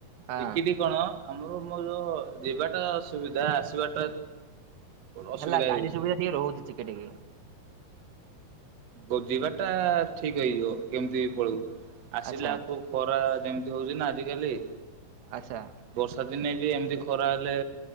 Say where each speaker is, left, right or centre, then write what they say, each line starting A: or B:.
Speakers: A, on the right; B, on the right.
A: ହଁ
B: ଚିକିଟି କଣ ଆମର ମ ଯୋଉ ଯିବାଟା ଅସୁବିଧା ଆସିବାଟା ଅସୁବିଧା
A: ହେଲା ଗାଡି
B: ହେଉଛି
A: ସୁବିଧା ଟିକେ ରହୁଛି ଚିକିଟି କି।
B: ଓ ଯିବା ଟା ଠିକ ହେଇଯିବ କେମିତି ପଳେଇବୁ ଆସିଲାକୁ
A: ଆଚ୍ଛା
B: ପରା ଯେମିତି ହଉଛି ନା ଆଜିକାଲି
A: ଆଚ୍ଛା।
B: ବର୍ଷା ଦିନେ ବି ଏମିତି ଖରା ହେଲେ